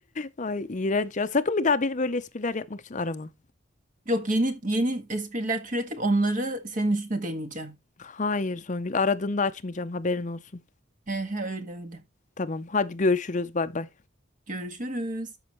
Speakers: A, on the left; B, on the right.
A: Ay iğrenç ya. Sakın bir daha beni böyle espriler yapmak için arama.
B: Yok yeni yeni espriler türetip onları senin üstüne deneyeceğim.
A: Hayır Songül, aradığında açmayacağım haberin olsun.
B: He he öyle öyle.
A: Tamam, hadi görüşürüz. Bay bay.
B: Görüşürüz.